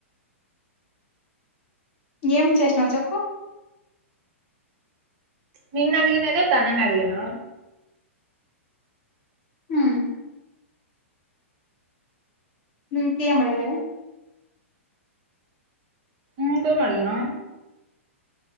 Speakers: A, on the left (about 55°); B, on the right (about 45°).
A: ఏం చేసినావు చెప్పు
B: నిన్న అడిగిన అదే తనని అడిగినా
A: ఉం ఇంకేమ్ అడగలేద
B: ఇంకేం మడిగినా